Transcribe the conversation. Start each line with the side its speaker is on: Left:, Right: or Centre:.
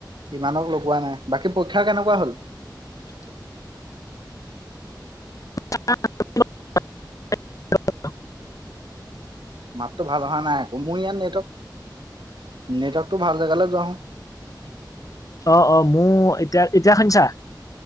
Right: ইমানক লগোৱা নাই। বাকী পৰীক্ষা কেনেকুৱা হ'ল।
Left: <unintelligible>
Right: মাতটো ভাল অহা নাই আকৌ মোৰ ইয়াত নেটৱৰ্ক নেটৱৰ্কটো ভাল জেগালৈ যোৱা হু
Left: অ অ মোৰ এতিয়া এতিয়াখানছা